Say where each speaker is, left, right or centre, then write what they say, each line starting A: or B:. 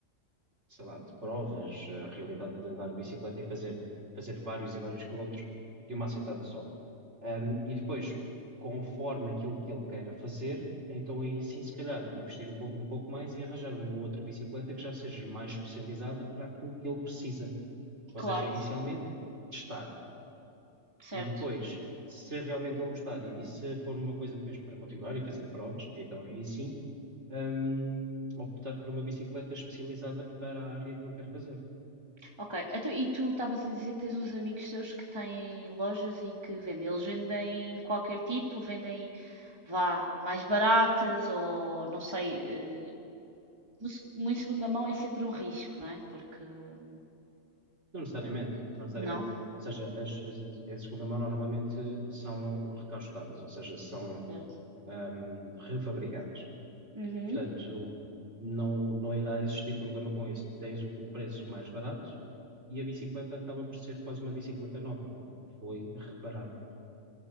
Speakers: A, on the right; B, on the right.
A: sei lá, de provas, a realidade de andar de bicicleta e fazer, fazer vários e vários quilómetros de uma assentada só. Hum, e depois, conforme aquilo que ele queira fazer, então aí sim, se calhar, investir um pouco, um pouco mais e arranjar uma outra bicicleta que já seja mais especializada para aquilo que ele precisa. Ou
B: claro,
A: seja, inicialmente
B: isso-
A: testar
B: certo.
A: e depois, se realmente ele gostar e, e se for uma coisa mesmo para continuar e fazer provas, então aí sim, hum, optar por uma bicicleta especializada para a área que ele quer fazer.
B: Ok, então, e tu estavas a dizer que tens uns amigos teus que têm lojas e que vendem. Eles vendem qualquer tipo, vendem, vá, mais baratas ou não sei. eh, no se- uma segunda mão é sempre um risco, não é? Porque hum,
A: Não necessariamente, não necessariamente.
B: não.
A: Ou seja, as, as, as de segunda mão normalmente são recastadas, ou seja, são
B: Certo.
A: hum, refabricadas.
B: Uhum,
A: Portanto, não, não irá existir problema com isso. Tens o, o preço mais barato e a bicicleta acaba por ser quase uma bicicleta nova, porque foi reparada.